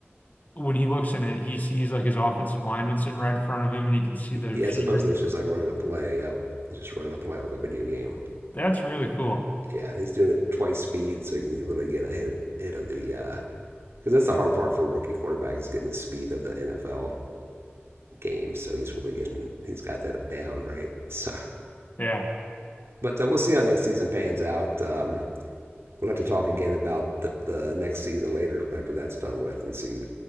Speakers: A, on the left; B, on the right.
A: when he looks in it, he sees like his offensive lineman sitting right in front of him, and he can see the
B: Yeah,
A: receiver.
B: supposedly it's just like running a play. Yep, it's just running a play like a video game.
A: That's really cool.
B: Yeah, and he's doing it twice speed, so he can really get a hit hit of the. Uh, Because that's the hard part for rookie quarterbacks is getting the speed of the NFL game. So he's really getting he's got that down right. So,
A: Yeah,
B: but uh, we'll see how next season pans out. Um, we'll have to talk again about the, the next season later after that's done with and see